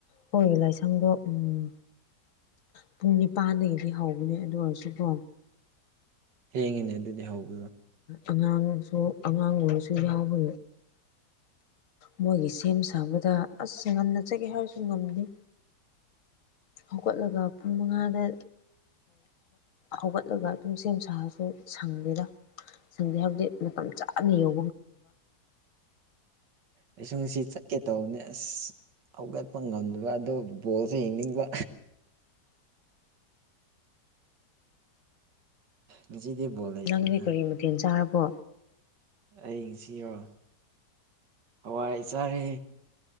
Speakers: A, on the left; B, on the right.
A: ꯍꯣꯏ ꯂꯥꯏꯁꯪꯗꯣ ꯎꯝ ꯄꯨꯡ ꯅꯤꯄꯥꯟꯗꯒꯤꯗꯤ ꯍꯧꯕꯅꯦ ꯑꯗꯨ ꯑꯣꯏꯔꯁꯨꯀꯣ
B: ꯊꯦꯡꯉꯤꯅꯦ ꯑꯗꯨꯗꯤ ꯍꯧ
A: ꯑꯉꯥꯡꯁꯨ ꯑꯉꯥꯡ ꯑꯣꯏꯁꯨ ꯌꯥꯎꯕ ꯃꯣꯏꯒꯤ ꯁꯦꯝ ꯁꯥꯕꯗ ꯑꯁ ꯉꯟꯅ ꯆꯠꯀꯦ ꯍꯥꯏꯔꯁꯨ ꯉꯝꯗꯦ ꯍꯧꯒꯠꯂꯒ ꯄꯨꯡ ꯃꯉꯥꯗ ꯍꯧꯒꯠꯂꯒ ꯑꯗꯨꯝ ꯁꯦꯝ ꯁꯥꯔꯁꯨ ꯁꯪꯗꯦꯗ ꯁꯟꯗꯦ ꯍꯥꯏꯕꯗꯤ ꯃꯇꯝ ꯆꯥꯅ ꯌꯧ
B: ꯑꯩꯁꯨ ꯉꯁꯤ ꯆꯠꯀꯦ ꯇꯧꯕꯅꯦ ꯑꯁ ꯍꯧꯒꯠꯄ ꯉꯝꯗꯕ ꯑꯗꯣ ꯕꯣꯜꯁꯨ ꯌꯦꯡꯅꯤꯡꯕ ꯉꯁꯤꯗꯤ ꯕꯣꯜ ꯂꯩꯇ꯭ꯔꯤꯅ
A: ꯅꯪꯗꯤ ꯀꯔꯤ ꯃꯊꯦꯜ ꯆꯥꯔꯕꯣ
B: ꯑꯩꯁꯤꯔꯣ ꯍꯋꯥꯏ ꯆꯥꯔꯦ